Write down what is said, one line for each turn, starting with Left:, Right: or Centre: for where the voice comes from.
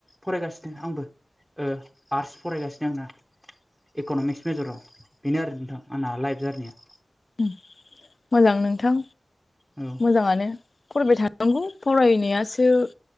Centre: फरायगासिनो आंबो। ओ आर्टस फरायगासिनो आं ना। इक'न'मिक्स मेज'राव बेनो आरो नोंथां आंना लाइप जारनिया।
Left: उम मोजां नोंथां
Centre: औ
Left: मोजाङानो। फरायबाय थानांगौ फरायनायासो